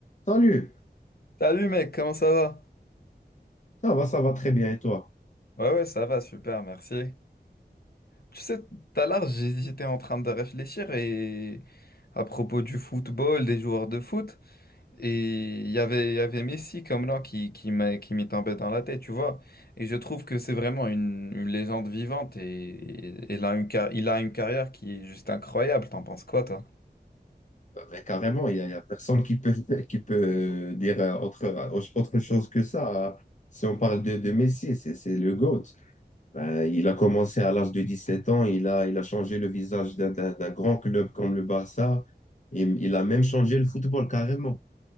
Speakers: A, on the left; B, on the left.
A: Salut,
B: Salut mec, comment ça va?
A: ça va, ça va très bien et toi?
B: Ouais ouais, ça va, super, merci. Tu sais, tout à l'heure, j'ai- j'étais en train de réfléchir et à propos du football, des joueurs de foot, et il y avait, il y avait Messi comme nom qui, qui m'est qui m'est tombé dans la tête, tu vois. Et je trouve que c'est vraiment une, une légende vivante et, et il a une, car- il a une carrière qui est juste incroyable. T'en penses quoi, toi?
A: Bah, Mais carrément, il n'y a, il y a personne qui peut, <laughs> qui peut euh, dire euh, autre, autre chose que ça. hein. Si on parle de, de Messi, c'est c'est le GOAT. Ben il a commencé à l'âge de dix sept ans, il a, il a changé le visage d'un d'un- d'un grand club comme le Barça, et il a même changé le football carrément.